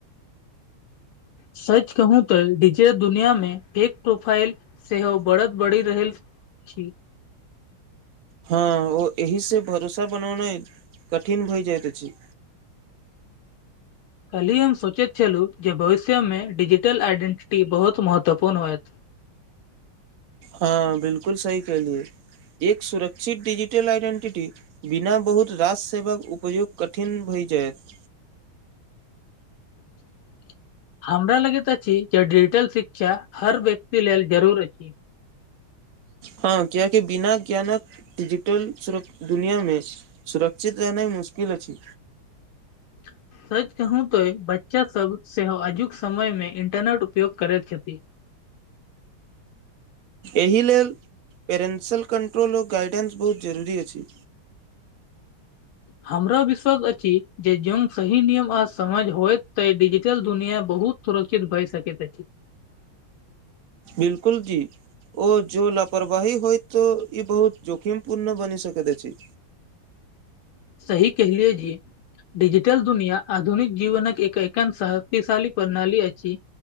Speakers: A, on the left; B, on the right.
A: सच कहू तऽ डीजिटल दुनियामे फेक प्रोफाइल सेहो बढ़द बढ़ी रहल अछि।
B: हँ ओ एहि से भरोसा बनौनाइ कठिन भए जाइत अछि।
A: कल्हि हम सोचैत छलहुँ जे भविष्यमे डिजिटल आइडेंटिटी बहुत महत्वपूर्ण होयत।
B: हँ बिलकुल सही कहलियए एक सुरक्षित डीजिटल आइडेंटिटी बिना बहुत राज सेवाक उपयोग कठिन भइ जायत।
A: <inaudible> हमरा लगैत अछि जे डिजिटल शिक्षा हर व्यक्ति लेल जरूर अछि।
B: हँ कियाक बिना ज्ञानक डिजिटल सुर दुनियामे सुरक्षित रहनाय मुश्किल अछि।
A: <inaudible> सच कहू तो बच्चा सब सेहो अजुक समय मे इंटरनट उपयोग करैत छथि।
B: एहि लेल पेरेन्ट्सल कंट्रोल आर गाइडेंस बहुत जरूरी अछि।
A: हमरा विश्वास अछि जे जोन सही नियम आ समझ होइत त डिजिटल दुनिया बहुत सुरक्षित भइ सकैत अछि।
B: बिलकुल जी ओ जो लापरवाही होयत ई बहुत जोखिम पूर्ण बनी सकैत अछि।
A: सही कहिलियए जि। डिजिटल दुनिया आधुनिक जीवनक एक एकन शक्तिशाली प्रणाली अछि।